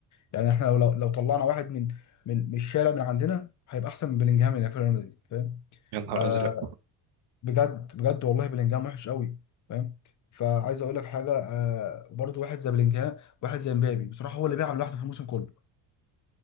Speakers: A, on the left; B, on the right.
A: يعني احنا لو لو لو طلعنا واحد من من من الشارع من عندنا هيبقى احسن من بلينجهام اللي في ريال مدريد فاهم
B: يا نهار
A: آه،
B: ازرق
A: بجد بجد والله بلينجهام وحش قوي فاهم فعايز اقول لك حاجه آه برضو واحد زي بلينجهام واحد زي مبابي بصراحه هو اللي بيلعب لوحده في الموسم كله